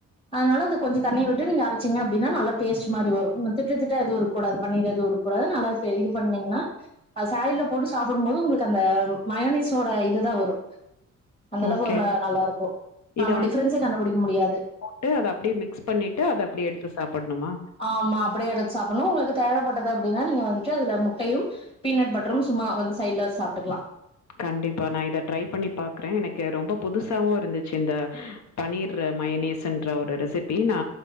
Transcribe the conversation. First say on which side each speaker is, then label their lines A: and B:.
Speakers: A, on the left (about 15°); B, on the left (about 65°).
A: அதனால அது கொஞ்ச தண்ணி விட்டு நீங்க அரைச்சிங்க அப்டின்னா நல்ல பேஸ்ட் மாரி வரு திட்டு திட்டா எது இருக்க கூடாது பண்ணிரது இரு கூடாது நல்லா <unintelligible> இது பண்ணீங்கன்னா ஸேலிலோ போட்டு சாப்பிடும்போது உங்களுக்கு அந்த மயனைஸோட இதுதா வரு அந்த அளவுக்கு
B: ஓகே.
A: ஒரு நல்லா இருக்கு நாம
B: இத வந்து
A: டிஃப்ரன்ஸே கண்டுபிடிக்க முடியாது
B: போட்டு அத அப்டியே மிக்ஸ் பண்ணிட்டு அத அப்டியே எடுத்து சாப்பிடணுமா
A: ஆமா அப்டியே எடுத்து சாப்பிடணு உங்களுக்கு தேவைப்பட்டது அப்டின்னா நீங்க வந்துட்டு அதுல முட்டையு பீனட் பட்டரு சும்மா வந்து சைடுல வச்சு சாப்ட்டுக்கலா
B: கண்டிப்பா நா இத ட்ரை பண்ணி பாக்குறே எனக்கு ரொம்ப புதுசாவு இருந்துச்சு இந்த பன்னீர் மயனீஸ்ன்ற ஒரு ரெசிபி நா